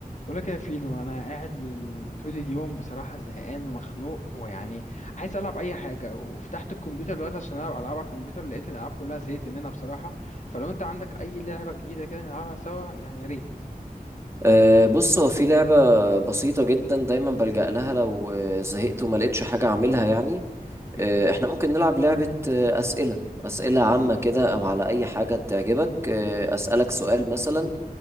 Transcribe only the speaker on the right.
أه بص هو في لعبة بسيطة جدا دايما بلجأ لها لو آه، زهقت وما لقيتش حاجة أعملها يعني
آه، احنا ممكن نلعب لعبة آه، أسئلة أسئلة عامة كده أو على أي حاجة تعجبك آه، أسألك سؤال مثلا